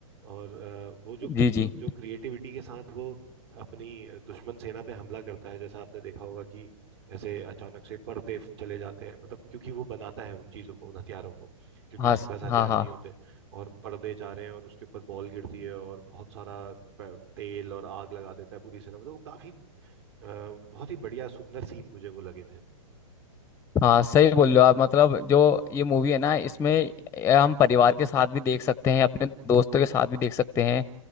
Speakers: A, on the right (about 50°); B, on the left (about 15°).
A: और अ, वो जो क्र-
B: जी जी
A: जो क्रिएटिविटी के साथ वो अपनी दुश्मन सेना पे हमला करता है जैसा आपने देखा होगा कि ऐसे अचानक से पर्दे चले जाते हैं मतलब क्योंकि वो बनाता है उन चीज़ों को उन हथियारों को क्योंकि
B: हाँ
A: उसके
B: स-
A: पास हथियार
B: हाँ हाँ
A: नहीं होते और पर्दे जा रहे हैं और उसके ऊपर बॉल गिरती है और बहुत सारा पे- तेल और आग लगा देता है पूरी सेना मतलब वो काफी अ, बहुत ही बढ़िया सुंदर सीन मुझे वो लगे थे
B: हाँ सही बोल रहे हो आप मतलब जो ये मूवी है ना इसमें ए, हम परिवार के साथ भी देख सकते हैं अपने दोस्तों के साथ भी देख सकते हैं